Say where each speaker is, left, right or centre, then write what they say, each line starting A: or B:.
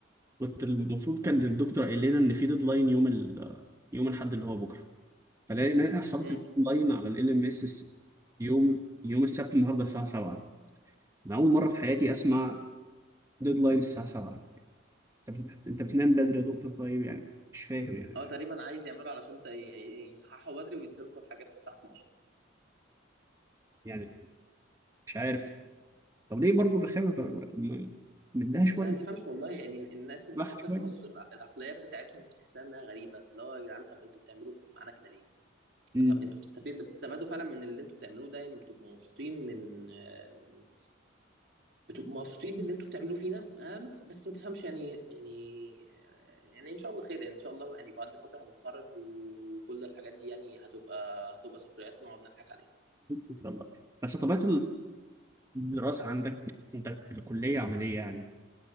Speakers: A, on the right; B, on the right.
A: كنت المفروض كان الدكتور قايل لنا ان في ديدلاين يوم ال... يوم الاحد اللي هو بكره فلقينا حاطط
B: امم
A: الديدلاين على ال ام اس يوم يوم السبت النهارده الساعه 7 انا اول مره في حياتي اسمع ديدلاين الساعه 7 انت بت... انت بتنام بدري يا دكتور طيب يعني مش فاهم يعني
B: اه تقريبا عايز يعملوا علشان ت- ي- ي- يصححوا بدري ويدوا لكم الحاجات الساعه 12
A: يعني مش عارف طب ليه برضو الرخامه طب طب ما- مديها شويه
B: ما تفهمش والله يعني الناس الدكاترة
A: راح شويه
B: في مصر الع- العقليات بتاعتهم تحسها انها غريبة اللي هو يا جدعان طب انتوا بتعملوا في- معانا كده ليه؟
A: مم.
B: طب انتوا بتستفيد بتستفادوا فعلا من اللي انتوا بتعملوه ده يعني بتبقوا مبسوطين من آم، بتبقوا مبسوطين باللي انتوا بتعملوه فينا آه، ما تف- بس ما تفهمش يعني يعني آه، يعني ان شاء الله خير يعني ان شاء الله يعني بعد فترة هنتخرج وكل الحاجات دي يعني هتبقى هتبقى ذكريات نقعد نضحك عليها.
A: ان شاء الله بس طبيعه الدراسه عندك عندك الكليه عمليه يعني